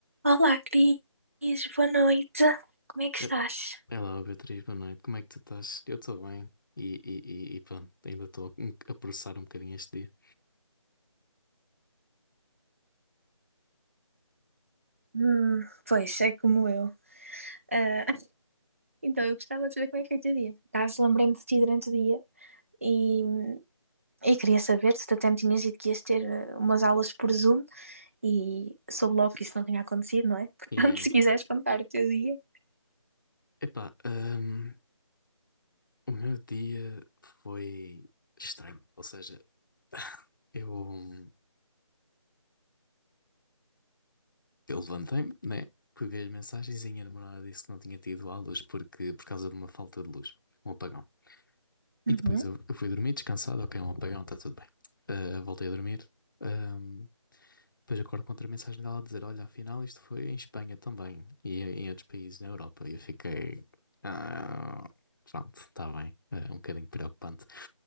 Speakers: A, on the right; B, on the left.
A: Olá, Cris, boa noite. Como é que estás?
B: Eh, Olá, Beatriz, boa noite. Como é que tu estás? Eu estou bem e, e, e, e pronto, ainda estou a processar um bocadinho este dia.
A: Hum, pois, é como eu. Ah, <laughs> então, eu gostava de saber como é que foi o teu dia. Por acaso, lembrei-me de ti durante o dia e, e queria saber se tu até me tinhas dito que ias ter eh, umas aulas por Zoom e soube logo que isso não tinha acontecido, não é? <laughs>
B: Yeah,
A: Portanto,
B: yeah.
A: se quiseres contar o teu dia.
B: Epá, hum, o meu dia foi estranho. Ou seja, <laughs> eu, Eu levantei-me, né? Peguei as mensagens e a minha namorada disse que não tinha tido aulas porque, por causa de uma falta de luz, um apagão.
A: Uhum.
B: E depois eu, eu fui dormir descansado, ok, um apagão, está tudo bem. Ah, voltei a dormir. ahm, depois acordo com outra mensagem dela a dizer: Olha, afinal isto foi em Espanha também e em outros países na Europa. E eu fiquei. "Ah, pronto, está bem. Ah, um bocadinho preocupante